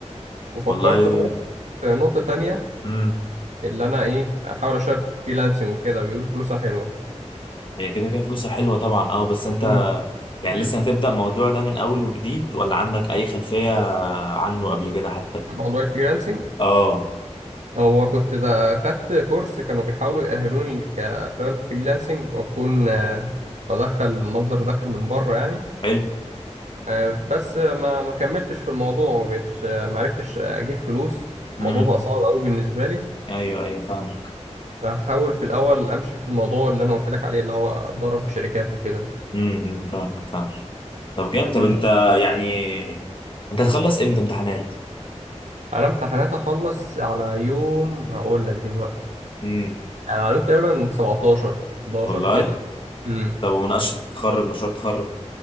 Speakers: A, on the right; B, on the left.
A: وفكرت
B: والله
A: برضه في نقطة تانية
B: امم
A: اللي انا ايه احاول اشتغل في فريلانسنج وكده بيقول فلوسها حلوة
B: هي كده كده فلوسها حلوة طبعا اه بس انت
A: امم
B: يعني
A: <clears throat>
B: لسه هتبدأ الموضوع ده من اول وجديد ولا عندك اي خلفية عنه قبل كده حتى
A: موضوع الفريلانسنج
B: اه
A: هو كنت ده خدت كورس كانوا بيحاولوا يأهلوني ك- أشتغل فريلانسنج وأكون آه، بدخل مصدر دخل من بره يعني
B: حلو
A: آه، بس ما ما كملتش في الموضوع ما بقتش آه، ما عرفتش أجيب فلوس
B: مم.
A: الموضوع بقى صعب قوي بالنسبة لي
B: ايوه ايوه فاهمك
A: بحاول في الأول أمشي في الموضوع اللي أنا قلت لك عليه اللي هو أتدرب في شركات وكده
B: امم إمم، فاهمك فاهمك طب جامد طب
A: مم.
B: انت يعني انت هتخلص امتى امتحانات
A: أنا امتحانات هخلص على يوم هقول لك دلوقتي
B: امم
A: يعني على يوم تقريبا 17 11
B: والله
A: كده مم.
B: طب ومناقشه التخرج مشروع التخرج